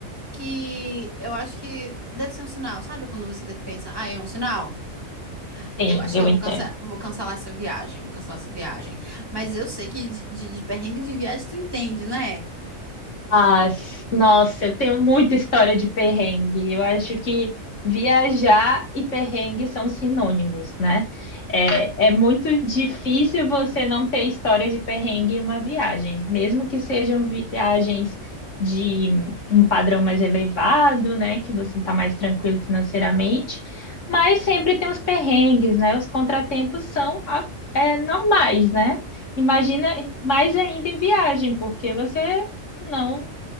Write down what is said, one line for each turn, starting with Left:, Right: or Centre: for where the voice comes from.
Right: Que eu acho que deve ser um sinal, sabe? Quando você pensa, ah, é um sinal.
Left: Sim,
Right: Eu acho
Left: eu
Right: que eu
Left: entendo.
Right: vou cancelar, vou cancelar essa viagem, vou cancelar essa viagem. Mas eu sei que de, de, de perrengue de viagem tu entende, né?
Left: Ah, s- nossa, eu tenho muita história de perrengue. Eu acho que viajar e perrengue são sinônimos, né? É, é muito difícil você não ter história de perrengue em uma viagem, mesmo que sejam viagens de um padrão mais elevado, né? Que você está mais tranquilo financeiramente, mas sempre tem os perrengues, né? Os contratempos são ah, é, normais, né? Imagina mais ainda em viagem, porque você não